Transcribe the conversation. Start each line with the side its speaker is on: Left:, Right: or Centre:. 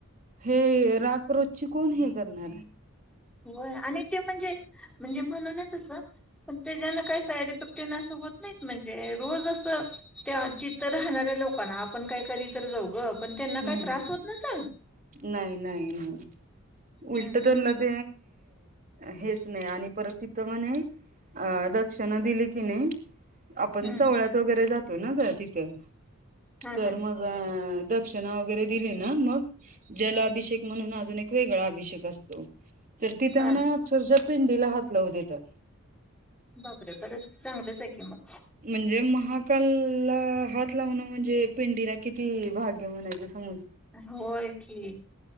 Right: हे राक रोज ची कोण हे करणार
Centre: हो आणि ते म्हणजे म्हणजे म्हणून आहे तस पण त्या जना काय साईड इफेक्ट होत नाहीत म्हणजे रोज असं त्या चित्र राहणाऱ्या लोकांना आपण काय करी तर जाऊ ग पण त्यांना
Right: हम्म
Centre: काय
Right: हम्म.
Centre: त्रास होत नसेल
Right: नाही नाही नाही उल्टतलाद
Centre: हम्म हम्म
Right: हेच नाही आणि परत तिथं म्हणे अ दक्षिणा दिली की नाही आपण
Centre: हम्म
Right: सवळ्यात
Centre: हम्म
Right: वगैरे जात तो ना ग तिथं
Centre: हा
Right: तर
Centre: हा
Right: मग दक्षिणा वगैरे दिली ना मग जलाभिषेक
Centre: हम्म
Right: म्हणून अजून एक ख वेगळा अभिषेक असतो तर ति त्यांना
Centre: हा.
Right: अक्षरशः पिंडीला हात लावू देतात
Centre: बर आहे बरंच चांगलंच आहे की मग
Right: म्हणजे महाकाल हात लावणं म्हणजे पिंडीला किती भाग्य म्हणायच समज
Centre: होय की